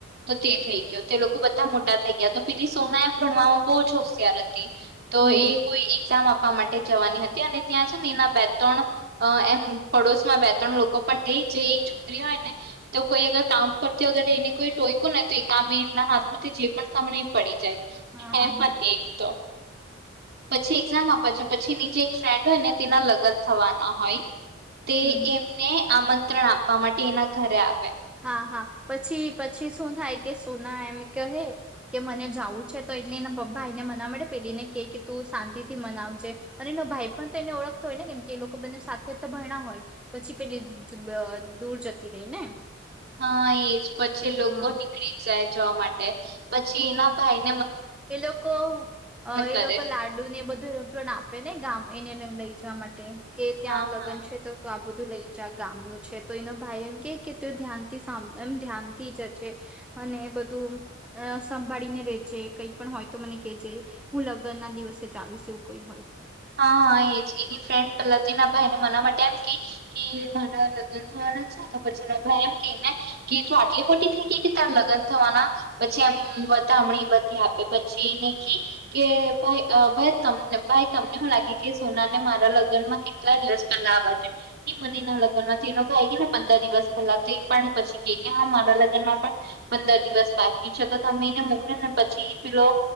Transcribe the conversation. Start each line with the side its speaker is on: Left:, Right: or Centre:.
Right: તો તે થઈ ગયો તે લોકો બધા મોટા થઈ ગયા તો પી સોના એમ ભણવામાં બહુ જ હોશિયાર હા તી તો
Centre: હમ હમ
Right: એ કોઈ એક્ઝામ આપવા માટે જવાની હતી અને ત્યાં છે ને એના બેચ ત્રણ અ એમ પડોશ માં બે ત્રણ લોકો પણ તે જે એક છોકરી હોય ને તો કોઈ અગર કામ કરતી અગર એને કોઈ ટો ટોયકુ ને તો એ કામ એના હાથમાંથી જે પણ સામાન એ પડી જાય
Centre: હા હા
Right: એમ
Centre: હા
Right: હતી એક તો પછી એક્ઝામ આપે છે પછી એની જે એક ફ્રેન્ડ હોય ને તેના લગન થવાના હોય. તે
Centre: હમ
Right: એમને આમંત્રણ આપવા માટે એના ઘરે આવ
Centre: હા હા પછી પ પછી શું થાય કે સોના એમ કહે કે મને જાવું છે તો એટલે એના પપ્પા એને મનાવા માટે પેલી ને કે કે તું શાંતિ થી મનાવજે અને એનો ભાઈ પણ તેને ઓળખતો હોય ને કેમ કે એ લોકો બંનેવ સાથે તો ભણ્યા ના હોય પછી પેલી આ દૂર જતી રઈ ને.
Right: હા એજ પછી લોકો
Centre: હા
Right: નીકળી જાય જવા માટે પછી એના ભાઈ
Centre: એ લોકો અ એ
Right: કરે
Centre: લોકો લાડુ ને એ બધું <unintelligible> આપે ને ગામ એને એ લઈ જવા માટે કે ત્યાં
Right: હા હા
Centre: લગન છે તો આ બધું તું લઈ જા ગામ નું છે તો એનો ભાઈ એમ કે કે તુ ધ્યાનથી સાભ એમ ધ્યાનથી જ જે. અને બધું અ સંભાળી ને રેજે કઈક પણ હોય તો મને કેજ હું લગન ના દિવસે જાવીશ એવું કઈ હોય.
Right: હા હા એજ એની ફ્રેન્ડ પહેલા તે એના ભાઈને મનાવા માટે એમ કે કે મારા લગ્ન થયા અને છે ને પછી એનો ભાઈ એમ કેય ને કે તુ આટલી મોટી થઈ ગઈ કે તાર લગન થવાના પછી એમ વધામણી બધી આપે પછી એને કી કે ભાઈ ભાઈ તમને ભાઈ તમને હુ લાગે કે સોના ને મારા લગન માં કેટલા દિવસ પહેલા આવવા જોઈએ ઈ કરીને લગ્નમાંથી એનો ભાઈ તુ આઈવી ને પંદર દિવસ પેલા તો ઈ પણ પછી કે કે હા મારા લગનમાં પણ પંદર દિવસ બાકી છે. તો તમે એને મોકલો ને પછી ઈ પેલો